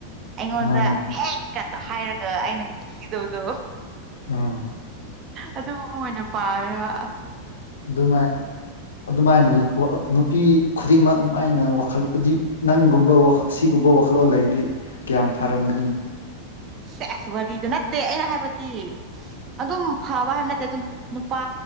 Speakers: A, on the right; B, on the left.
A: ꯑꯩꯉꯣꯟꯗ
B: ꯃꯥꯅꯦ
A: ꯍꯦꯛ ꯀ ꯍꯥꯏꯔꯒ ꯑꯩꯅ ꯀꯤꯒꯗꯕꯗꯣ
B: ꯎꯝ
A: ꯑꯗꯨꯝꯒꯨꯝꯕ ꯑꯣꯏꯅ ꯄꯥꯝꯃꯦꯕ
B: ꯑꯗꯨꯃꯥꯏ ꯑꯗꯨꯃꯥꯏꯅ ꯅꯨꯄꯤ ꯈꯨꯗꯤꯡꯃꯛ ꯑꯗꯨꯃꯥꯏꯅ ꯋꯥꯈꯜ ꯑꯗꯤ ꯅꯪꯒꯨꯝꯕ ꯋꯥꯈ ꯁꯤꯒꯨꯝꯕ ꯋꯥꯈꯜꯂꯣꯟ ꯂꯩꯔꯗꯤ ꯀꯌꯥꯝ ꯐꯔꯝꯒꯅꯤ
A: ꯁꯦꯁ ꯋꯥꯔꯤꯗꯣ ꯅꯠꯇꯦ ꯑꯩꯅ ꯍꯥꯏꯕꯗꯤ ꯑꯗꯨꯝ ꯐꯕ ꯍꯥꯏꯕ ꯅꯠꯇꯦ ꯑꯗꯨꯝ ꯅꯨꯄꯥ